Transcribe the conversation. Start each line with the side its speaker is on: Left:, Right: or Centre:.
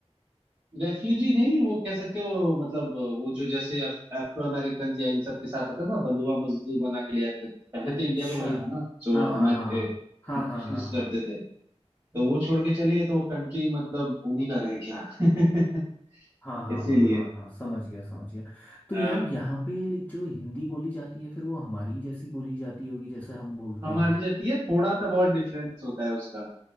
Right: रेफ्यूजी नहीं वो कह सकते हो मतलब वो जो जैसे अफ, अफ्रो अमेरिकन या इन सब के साथ होता है ना बंधुआ मजदूर बना के ले आते थे पहले
Left: अच्छा
Right: तो इंडिया का वही था ना जो
Left: हाँ हाँ
Right: अमेर
Left: हाँ
Right: ब्रिटिशर्स
Left: हाँ हाँ हाँ
Right: करते थे तो वो छोड़ के चले गए तो वो कंट्री मतलब उन्हीं का रह गया <laughs>
Left: हाँ हाँ
Right: इसीलिए
Left: हाँ हाँ हाँ हाँ हाँ। समझ गया समझ गया तो
Right: हाँ
Left: यार यहाँ पे जो हिंदी बोली जाती है फिर वो हमारी जैसी बोली जाती होगी जैसे हम बोलते
Right: हमारी
Left: हैं
Right: जैसी है थोड़ा सा बहुत डिफरेंस होता है उसका